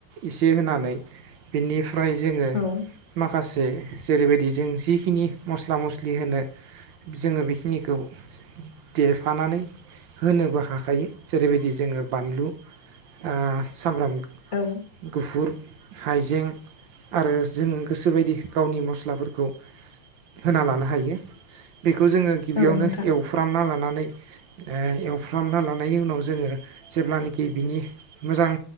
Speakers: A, on the right; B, on the left.
A: एसे होनानै बेनिफ्राय जोङो
B: औ
A: मा खासे जेरैबायदि जों जिखिनि मस्ला मस्लि होनो जोङो बेखिनिखौ देफानानै होनोबो हाखायो। जेरैबायदि जोङो बानलु आ सामब्राम
B: औ
A: गुफुर हाइजें आरो जोङो गोसोबायदि गावनि मस्लाफोरखौ होना लानो हायो। बेखौ जोङो गिबियावनो
B: औ नोंथां
A: एवफ्रामना लानानै ओ एवफ्रामना लाना नायनि उनाव जोङो जेब्लानिखि बिनि मोजां